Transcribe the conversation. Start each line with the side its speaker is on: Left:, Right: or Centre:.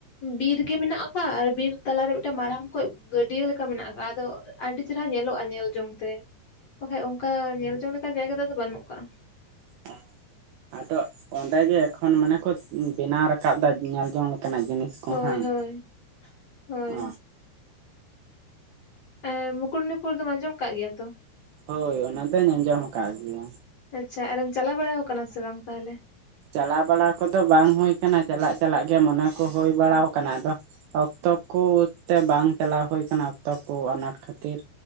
Left: ᱵᱤᱨ ᱜᱮ ᱢᱮᱱᱟᱜ ᱟᱠᱟᱜᱼᱟ ᱟᱨ ᱵᱤᱨ ᱛᱟᱞᱟᱨᱮ ᱢᱤᱫᱴᱮᱱ ᱢᱟᱨᱟᱲᱟᱝ ᱠᱚᱡᱽ ᱜᱟᱹᱰᱤᱭᱟᱹ ᱞᱮᱠᱟ ᱢᱮᱱᱟᱜ ᱟᱠᱟᱜᱼᱟ ᱟᱫᱚ ᱟᱹᱰᱤ ᱪᱮᱦᱮᱨᱟ ᱧᱮᱞᱚᱜᱼᱟ ᱧᱮᱞ ᱡᱚᱝ ᱛᱮ ᱵᱟᱠᱷᱟᱡ ᱚᱱᱠᱟ ᱧᱮᱞ ᱡᱚᱝ ᱞᱮᱠᱟᱱ ᱡᱟᱭᱜᱟ ᱫᱚ ᱟᱫᱚ ᱵᱟᱹᱱᱩᱜ ᱠᱟᱜᱼᱟ
Right: <unintelligible> ᱟᱫᱚ ᱚᱸᱰᱮ ᱜᱮ ᱮᱠᱷᱚᱱ ᱢᱟᱱᱮ ᱠᱚ ᱵᱮᱱᱟᱣ ᱨᱟᱠᱟᱵ ᱫᱟ ᱧᱮᱞ ᱡᱚᱝ ᱞᱮᱠᱟᱱᱟᱜ ᱡᱤᱱᱤᱥ ᱠᱚ
Left: ᱦᱳᱭ
Right: ᱦᱟᱸᱜ
Left: ᱦᱳᱭ ᱦᱳᱭ
Right: ᱚ
Left: ᱟᱨ ᱢᱩᱠᱩᱴᱢᱩᱱᱤᱯᱩᱨ ᱫᱚ ᱟᱸᱡᱚᱢ ᱠᱟᱜ ᱜᱮᱭᱟ ᱛᱚ?
Right: ᱦᱳᱭ ᱚᱱᱟ ᱫᱚᱧ ᱟᱸᱡᱚᱢ ᱠᱟᱜ ᱜᱮᱭᱟ᱾
Left: ᱟᱪᱪᱷᱟ ᱟᱨᱮᱢ ᱪᱟᱞᱟᱣ ᱵᱟᱲᱟᱭ ᱠᱟᱱᱟ ᱥᱮ ᱵᱟᱝ ᱛᱟᱦᱚᱞᱮ?
Right: ᱪᱟᱞᱟᱣ ᱵᱟᱲᱟ ᱠᱚᱫᱚ ᱵᱟᱝ ᱦᱩᱭ ᱠᱟᱱᱟ ᱪᱟᱞᱟᱜ ᱪᱟᱞᱟᱜ ᱜᱮ ᱢᱚᱱᱮ ᱠᱚ ᱦᱩᱭ ᱵᱟᱲᱟ ᱠᱟᱱᱟ ᱟᱫᱚ ᱚᱠᱛᱚ ᱠᱚᱛᱮ ᱵᱟᱝ ᱪᱟᱞᱟᱣ ᱦᱩᱭ ᱠᱟᱱᱟ ᱚᱠᱛᱚ ᱠᱚ ᱟᱱᱟᱴ ᱠᱷᱟᱹᱛᱤᱨ